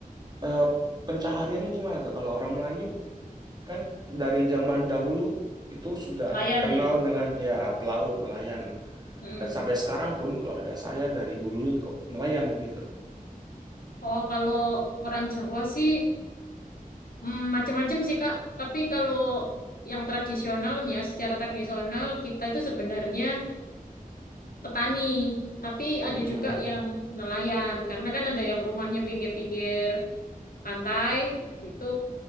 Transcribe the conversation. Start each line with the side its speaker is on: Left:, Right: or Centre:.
Right: eh, pencahariannya gimana tuh? Kalau orang Melayu kan dari zaman dahulu itu sudah
Left: nelayan
Right: terkenal
Left: ya.
Right: dengan ya pelaut, nelayan.
Left: Mm.
Right: Dan sampai sekarang pun keluarga saya dari dulunya juga nelayan gitu.
Left: Oh, kalau orang Jawa sih Hmm, macam-macam sih Kak, tapi kalau yang tradisionalnya secara tradisional kita itu sebenarnya petani, tapi
Right: Mm-mm.
Left: ada juga yang nelayan karena kan ada yang rumahnya pinggir-pinggir pantai itu